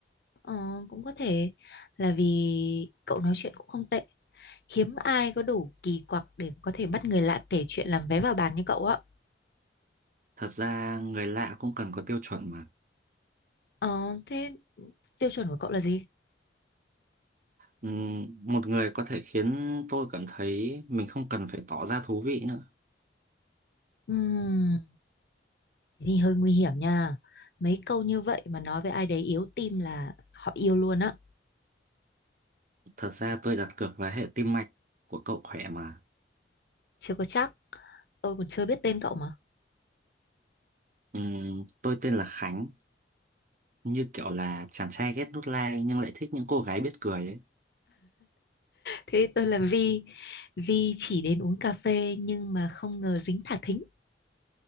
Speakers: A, on the left; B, on the right.
A: Ờ cũng có thể là vì cậu nói chuyện cũng không tệ hiếm ai có đủ kỳ quặc để có thể bắt người lạ kể chuyện làm vé vào bàn như cậu á
B: Thật ra người lạ cũng cần có tiêu chuẩn mà.
A: ờ, thế tiêu chuẩn của cậu là gì
B: Ừm, một người có thể khiến tôi cảm thấy mình không cần phải tỏ ra thú vị nữa.
A: Ừm, thế thì hơi nguy hiểm nha mấy câu như vậy mà nói với ai đấy yếu tim là họ yêu luôn á
B: Thật ra tôi đặt cược vào hệ tim mạch của cậu khỏe mà.
A: chưa có chắc tôi còn chưa biết tên cậu mà
B: Ừm, tôi tên là Khánh, như kiểu là chàng trai ghét nút like nhưng lại thích những cô gái biết cười ấy.
A: thế tôi là Vi Vi chỉ đến uống cà phê nhưng mà không ngờ dính thả thính